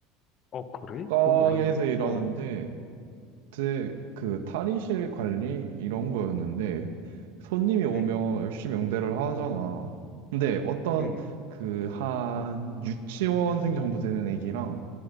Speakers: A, on the left (about 35°); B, on the right (about 85°).
A: 어 그래?
B: 옷가게에서
A: 그건 몰랐네
B: 일하는데,
A: 어
B: 제, 그 탈의실 관리 이런 거였는데, 손님이 오면
A: 응,
B: 열심히 응대를 하잖아. 근데 어떤
A: 응,
B: 그 한 유치원생 정도 되는 애기랑